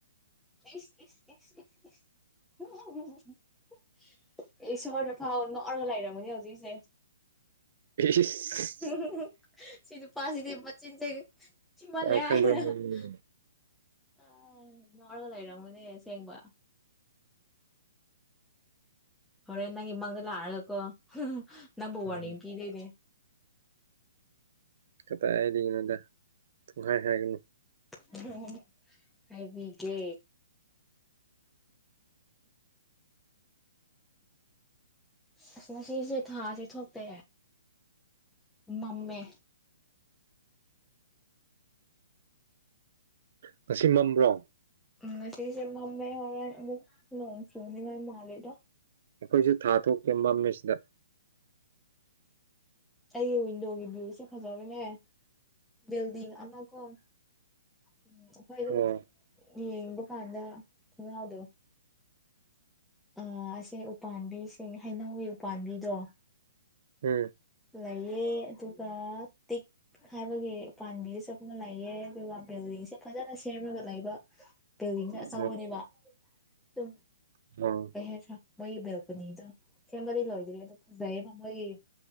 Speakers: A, in the centre; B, on the right.
A: ꯏꯁ ꯏꯁ ꯏꯁ ꯏꯁ ꯏꯁ <unintelligible> ꯏꯁꯣꯔꯅꯐꯥꯎ ꯅꯣꯛꯑꯔꯒ ꯂꯩꯔꯝꯒꯅꯤ ꯍꯧꯖꯤꯛꯁꯦ
B: ꯏꯁ
A: <unintelligible> ꯁꯤ ꯅꯨꯄꯥꯖꯤꯗꯤ ꯃꯆꯤꯟꯖꯦ ꯃꯜꯂꯦ
B: ꯌꯥꯝ ꯈꯪꯕ
A: ꯍꯥꯏ <unintelligible>
B: ꯃꯤꯅꯤꯅꯦ
A: ꯑꯥ ꯅꯣꯛꯔꯒ ꯂꯩꯔꯝꯒꯅꯦ ꯑꯁꯦꯡꯕ ꯍꯣꯔꯦꯟ ꯅꯪꯒꯤ ꯃꯪꯗ ꯂꯥꯛꯑꯒꯀꯣ ꯅꯪꯕꯨ
B: ꯎꯝ
A: ꯋꯥꯔꯅꯤꯡ ꯄꯤꯗꯨꯏꯅꯦ
B: ꯀꯗꯥꯏꯗꯩꯅꯣꯗ ꯄꯡꯍꯥꯏ ꯍꯥꯏꯒꯅꯨ
A: <unintelligible> ꯍꯥꯏꯕꯤꯒꯦ ꯑꯁ ꯉꯁꯤꯖꯦ ꯊꯥꯗꯤ ꯊꯣꯛꯇꯦ ꯃꯝꯃꯦ
B: ꯉꯁꯤ ꯃꯝꯕ꯭ꯔꯣ
A: ꯎꯝ ꯉꯁꯤꯁꯦ ꯃꯝꯃꯦ ꯍꯣꯔꯦꯟ ꯑꯃꯨꯛ ꯅꯣꯡ ꯆꯨꯅꯤꯉꯥꯏ ꯃꯥꯜꯂꯤꯗ
B: ꯑꯩꯈꯣꯏꯖꯨ ꯊꯥ ꯊꯣꯛꯇꯦ ꯃꯝꯃꯦ ꯁꯤꯗ
A: ꯑꯩꯒꯤ ꯋꯤꯟꯗꯣꯒꯤ ꯚ꯭ꯌꯨꯁꯦ ꯐꯖꯕꯅꯦ ꯕꯤꯜꯗꯤꯡ ꯑꯃꯒꯨꯝ ꯎꯝ ꯑꯩꯈꯣꯏ ꯑꯗꯨꯝ
B: ꯑꯣ
A: ꯌꯦꯡꯕ ꯀꯥꯟꯗ ꯊꯣꯡꯅꯥꯎꯗꯣ ꯑꯥ ꯑꯁꯦ ꯎꯄꯥꯟꯕꯤꯁꯤꯡ ꯍꯩꯅꯧꯒꯤ ꯎꯄꯥꯟꯕꯤꯗꯣ
B: ꯎꯝ
A: ꯂꯩꯌꯦ ꯑꯗꯨꯒ ꯇꯤꯛ ꯍꯥꯏꯕꯒꯤ ꯄꯥꯟꯕꯤꯁꯨ <unintelligible> ꯂꯩꯌꯦ ꯑꯗꯨꯒ ꯕꯤꯜꯗꯤꯡꯁꯨ ꯐꯖꯅ ꯁꯦꯝꯔꯒ ꯂꯩꯕ ꯕꯤꯜꯂꯤꯡꯅ ꯑꯆꯧꯕꯅꯦꯕ
B: ꯑꯣ
A: ꯇꯨꯝ
B: ꯅꯣ
A: ꯀꯩ ꯍꯥꯏꯁꯤꯔ ꯃꯣꯏꯒꯤ ꯕꯦꯜꯀꯣꯅꯤꯗꯣ ꯁꯦꯝꯕꯗꯤ ꯂꯣꯏꯗ꯭ꯔꯤ ꯑꯗꯣ ꯐꯖꯩꯌꯦꯕ ꯃꯣꯏꯒꯤ